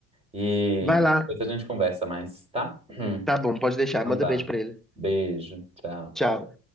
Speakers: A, on the right; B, in the centre.
A: e
B: Vai lá,
A: aí depois a gente conversa mais, tá? <clears throat>
B: tá bom, pode deixar,
A: Então
B: manda
A: tá.
B: beijo pra ele.
A: Beijo, tchau.
B: Tchau.